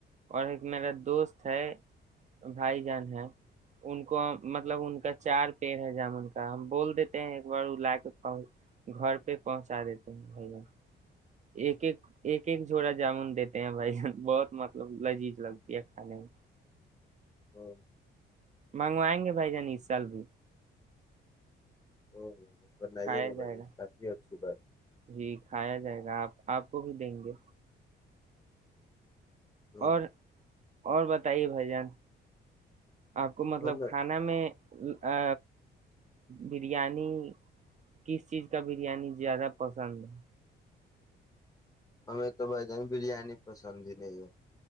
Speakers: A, on the right; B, on the left.
A: اور ایک میرا دوست ہے بھائی ہے ان کو م مطلب ان کا چار پیڑ ہے جامن کا ہم بول دیتے ہیں ایک بار وہ لا کے گھر پہ پہنچا دیتے ہیں بھائی ب ایک ایک ایک ایک جھڑا جامن دیتے ہیں بھائی جان بہت مطلب لذیذ لگتی ہے کھانے میں
B: ہ <inaudible>
A: منگوائیں گے بھائی جان اس سال بھی
B: او بھائی بن آئیے
A: کھایا
B: گا
A: جائے
B: بھائی کافی اچھی بات
A: جی کھایا جائے گا آپ آپ کو بھی دیں گے
B: ہ
A: اور
B: <inaudible>
A: اور بتائیے بھائی جان آپ کو مطلب
B: ہمیں
A: کھانا میں ہ بریانی کس چیز کا بریانی زیادہ پسند ہے
B: ہمیں تو بائی جان بریانی پسند ہی نہیں ہے